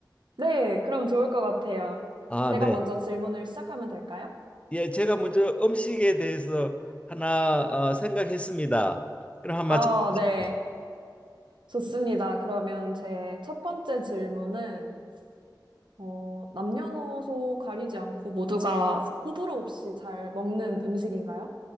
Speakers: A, on the right (about 85°); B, on the left (about 15°).
A: 네, 그럼 좋을 것 같아요.
B: 아,
A: 제가
B: 네.
A: 먼저 질문을 시작하면 될까요?
B: 예, 제가 먼저 음식에 대해서 하나 어, 생각했습니다. 그럼 한번
A: 아,
B: 맞춰보시죠.
A: 네, 좋습니다. 그러면 제 첫 번째 질문은, 어, 남녀노소 가리지 않고 모두가 호불호 없이 잘 먹는 음식인가요?